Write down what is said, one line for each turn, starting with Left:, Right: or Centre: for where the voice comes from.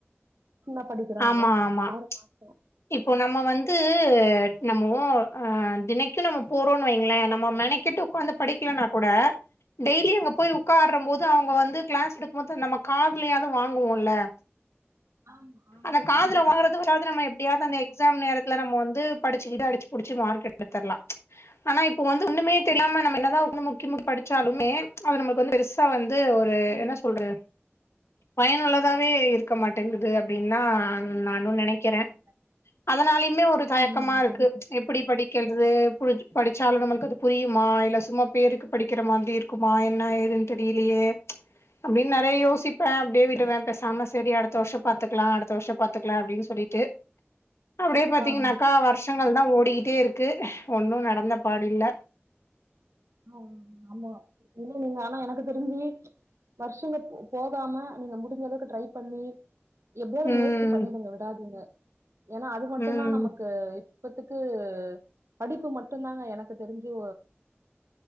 Right: சமா படிக்கிறாங்க.
Left: ஆமா ஆமா
Right: ஆறு மாசோ.
Left: இப்போ நம்ம வந்து நம்மோ தினைக்கு நம்ம போறோம்ன்னு வைங்களே நம். மொ மெனக்கெட்டு உக்காந்து படிக்கலனா. கூட டெய்லி அங்க போய் உட்கார்ற போது அவங்க வந்து கிளாஸ் எடுக்கும் போது நம்ம காதுலயாது வாங்குவோம்ல
Right: ஆமா ஆமா
Left: அந்த காதுல
Right: கண்டிப்பா
Left: வாங்கறது வாராது நம்ம எப்படியாது அந்த எக்ஸாம் நேரத்து நம்ம வந்து படிச்சுக்கிட்டு அடிச்சுபுடிச்சு மார்க் எடுத்தரலாம் ஆனா இப்ப வந்து ஒண்ணுமே தெரியாம நம்ம என்னதா முக்கி படிச்சாலுமே நம்மளுக்கு வந்து பெருசா வந்து ஒரு
Right: கண்டிப்பா
Left: என்ன சொல்ற பயனுள்ளதாவே இருக்க மாட்டங்குது அப்பிடின்னா
Right: இல்ல
Left: நானும்
Right: ஆ
Left: நினைக்கிறேன்
Right: கரெக்ட் கரெக்ட்
Left: அதனாலயுமே ஒரு தயக்கமா
Right: ம்
Left: இருக்கு
Right: கரெக்ட்
Left: எப்படி படி கேள்து புடிச் படிச்சாலும் நமளுக்கு அது புரியுமா இல்ல சும்மா பேருக்கு படிக்கிற மாதிரி இருக்குமா என்ன ஏதுன்னு தெரியலையே அப்படின்னு நிறைய யோசிப்பேன் அப்படியே விடுவேன் பேசாம சரி அடுத்த வருஷம் பத்துக்கலாம் அடுத்த வருஷம் பத்துக்கலாம் அப்படின்னு சொல்லிட்டு அப்படியே பாத்தீங்கன்னாக்கா
Right: ஆ
Left: வருஷங்கள் ஓடிக்கிட்டே இருக்கு ஒன்னும் நடந்த பாடு இல்ல
Right: ஆ ஆமா ஏன்ன நீங்க ஆனா எனக்கு தெரிஞ்சு வருஷங்க போகாம நீங்க முடிஞ்ச அளவுக்கு ட்ரை பண்ணி எப்படியாவது
Left: ம்
Right: முயற்சி பண்ணிடுங்க விடாதீங்க ஏன்னா அது மட்டும்
Left: ம்
Right: தான் நமக்கு இப்பத்துக்கு படிப்பு மட்டும் தாங்க எனக்கு தெரிஞ்சு